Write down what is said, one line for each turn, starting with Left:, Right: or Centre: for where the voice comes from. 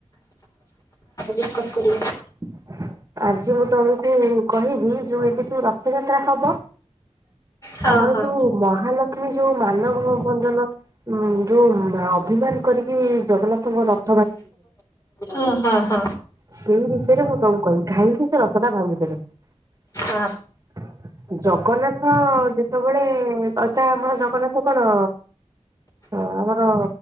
Left: ଡିସ୍କସ୍ କରିବେ।
Right: <inaudible> ଆଜି ମୁଁ ତମକୁ କହିବି ଯୋଉ ଏବେ ଯୋଉ ରଥଯାତ୍ରା ହବ।
Left: ହଁ
Right: ଆମର
Left: ହଁ
Right: ଯୋଉ ମହାଲକ୍ଷ୍ମୀ ଯୋଉ ମାନବ ବନ୍ଦନ ଉଁ ଯୋଉ ଅଭିମାନ କରିକି ଜଗନ୍ନାଥଙ୍କ ର
Left: ହୁଁ ହୁଁ ହୁଁ।
Right: ସେଇ ବିଷୟରେ ମୁଁ ତମକୁ କହିବି କାହିଁକି ସେ ରଥଟା ଭାଙ୍ଗିଦେଲେ?
Left: ହଁ
Right: <inaudible> ଜଗନ୍ନାଥ ଯେତେବେଳେ ଅଥା ଆମର ଜଗନ୍ନାଥ କଣ? ହଁ ଆମର